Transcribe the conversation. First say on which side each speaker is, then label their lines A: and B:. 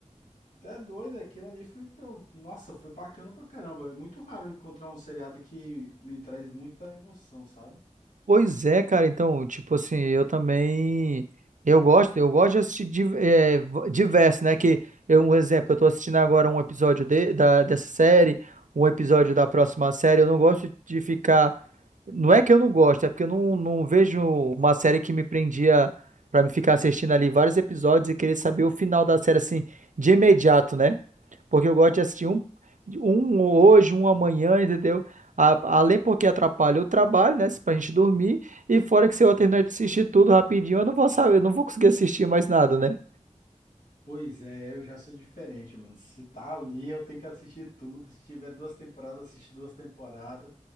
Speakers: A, on the left (about 75°); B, on the right (about 75°).
A: até doido, aquilo ali foi. pra- um, Nossa, foi bacana pra caramba. É muito raro encontrar um seriado que me traz muita emoção, sabe?
B: Pois é, cara, então, tipo assim, eu também, eu gosto, eu gosto de assistir di- é, v- diverso, né, que, eu- um exemplo, eu tô assistindo agora um episódio de, da, dessa série, um episódio da próxima série, eu não gosto de ficar, não é que eu não gosto, é porque eu não, não vejo uma série que me prendia pra me ficar assistindo ali vários episódios e querer saber o final da série, assim, de imediato, né, porque eu gosto de assistir um, um hoje, um amanhã, entendeu? A- além porque atrapalha o trabalho, né? Pra gente dormir. E fora que se eu terminar de assistir tudo rapidinho, eu não vou saber, eu não vou conseguir assistir mais nada, né?
A: Pois é, eu já sou diferente, mano. Se tá ali, eu tenho que assistir tudo. Se tiver duas temporadas, assisto duas temporadas.